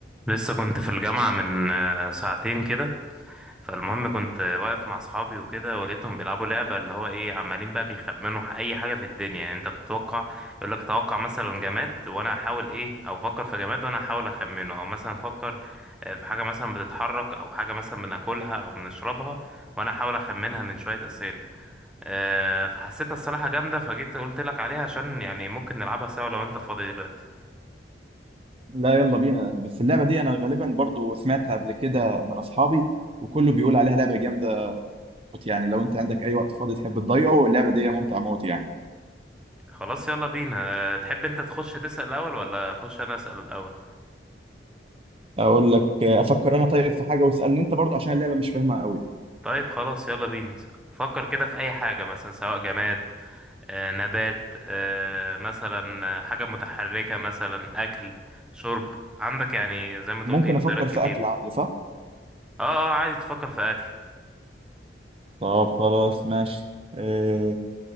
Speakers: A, in the centre; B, on the right (about 30°).
A: لسه كنت في الجامعة من آه، ساعتين كده فالمهم كنت واقف مع أصحابي وكده ولقيتهم بيلعبوا لعبة اللي هو إيه عمالين بقى بيخمنوا ح- أي حاجة في الدنيا يعني أنت بتتوقع يقولك توقع مثلا جماد وأنا أحاول إيه أو فكر في جماد وأنا أحاول أخمنه أو مثلا فكر آه، في حاجة مثلا بتتحرك أو حاجة مثلا بناكلها أو بنشربها وأنا أحاول أخمنها من شوية أسئلة آه، فحسيتها الصراحة جامدة فجيت قلت لك عليها عشان يعني ممكن نلعبها سوا لو أنت فاضي دلوقتي
B: لا يلا بينا بس اللعبة دي أنا غالبا برضو سمعتها قبل كده من أصحابي وكله بيقول عليها لعبة جامدة موت يعني لو أنت عندك أي وقت فاضي تحب تضيعه اللعبة دي ممتعة موت يعني
A: خلاص يلا بينا آه، تحب انت تخش تسأل الاول ولا اخش انا اسأل الاول
B: أقول لك أفكر أنا طيب في حاجة واسألني أنت برضو عشان اللعبة مش فاهمها قوي
A: طيب خلاص يلا بينا س- فكر كده في اي حاجة مثلا سواء جماد آه، نبات آه، مثلا آه، حاجة متحركة مثلا اكل شرب عندك يعني زي ما تقول
B: ممكن
A: ايه اختيارات
B: أفكر في
A: كتير
B: أكل عادي صح؟
A: اه آه، عادي تفكر في اكل
B: طب خلاص ماشي أه